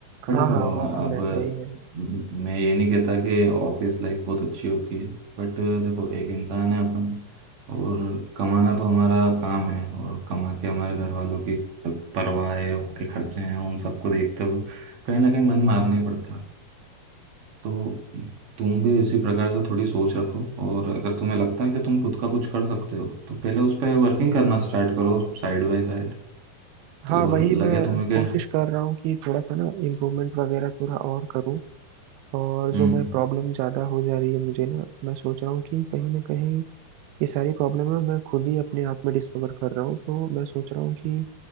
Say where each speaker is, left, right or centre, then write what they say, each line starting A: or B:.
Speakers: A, on the right (about 85°); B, on the right (about 55°).
A: हाँ
B: पर देखो
A: हाँ वो
B: अब
A: तो रहता ही है
B: म- मैं ये नहीं कहता कि ऑफिस लाइफ बहुत अच्छी होती है बट देखो एक इंसान है अपन और कमाना तो हमारा काम है और कमा के हमारे घर वालों की परवाह है उनके खर्चे हैं उन सबको देखते हुए कहीं ना कहीं मन मारना ही पड़ता है। तो तुम भी इसी प्रकार से थोड़ी सोच रखो और अगर तुम्हें लगता है कि तुम खुद का कुछ कर सकते हो तो पहले उस पर वर्किंग करना स्टार्ट करो साइड बाय साइड
A: हाँ
B: तो
A: वही
B: और लगे
A: मैं
B: तुम्हें कि
A: कोशिश कर रहा हूँ कि थोड़ा सा ना इम्प्रूवमेंट वगैरह थोड़ा और करूँ और
B: हम्म
A: जो मैं प्रॉब्लम ज़्यादा हो जा रही है मुझे ना मैं सोच रहा हूँ कि कहीं ना कहीं ये सारी प्रॉब्लम है मैं खुद ही अपने आप में डिस्कवर कर रहा हूँ तो मैं सोच रहा हूँ कि